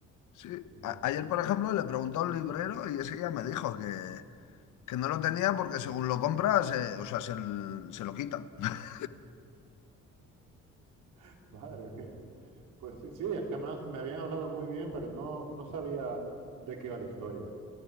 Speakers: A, on the left; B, on the right.
A: Sí.
B: Eh,
A: A- ayer, por ejemplo, le pregunté a un librero y ese ya me dijo que, que no lo tenía porque según lo compras, eh, o sea, se, l- se lo quitan. <laughs>
B: <laughs> madre mía. Pues sí, sí, es que además me habían hablado muy bien, pero no, no sabía de qué iba la historia.